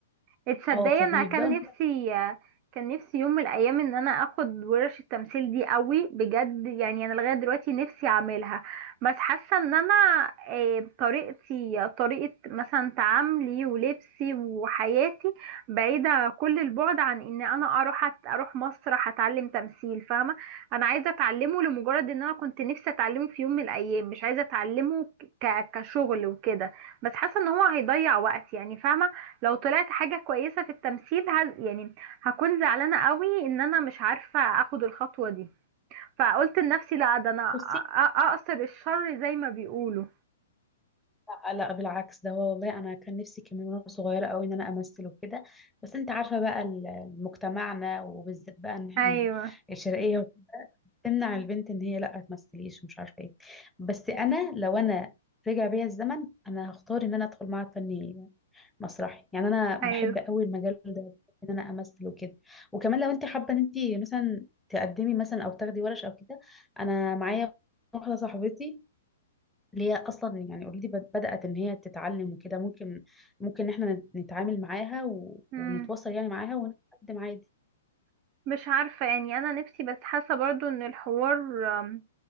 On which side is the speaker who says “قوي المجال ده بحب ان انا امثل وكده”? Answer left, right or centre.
Centre